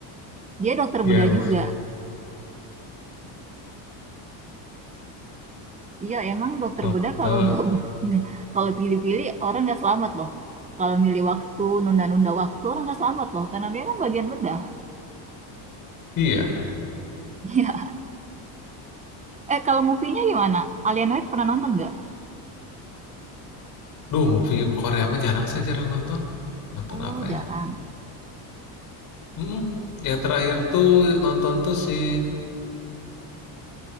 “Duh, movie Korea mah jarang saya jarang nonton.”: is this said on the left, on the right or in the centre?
Left